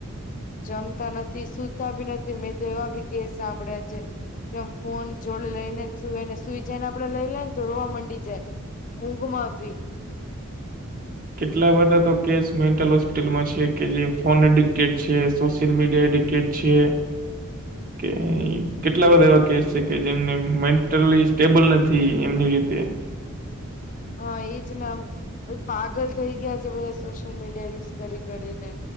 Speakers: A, on the left; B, on the right.
A: જમતા નથી સુતા બી નથી મેં તો એવા બી કેસ સાંભળ્યા છે. કેમ ફોન જોડે લઈને જ સુવે ને સુઈ જાય ને આપડે લઈ લઈ ને તો રોવા માંડી જાય. ઉંઘ માં ભી.
B: કેટલા બધા તો કેસ મેન્ટલ હોસ્પિટલમાં છે કે જે ફોન એડિક્ટેડ છે સોશિયલ મીડિયા એડિક્ટ કેટ છે. કે કેટલા બધા એવા કેસ છે કે જેમને મેન્ટલી સ્ટેબલ નથી એમની રીતે
A: હ એજ ને અમ પાગલ થઈ ગયા છે બધા સોશિયલ મીડિયા યુઝ કરી કરી કરીને.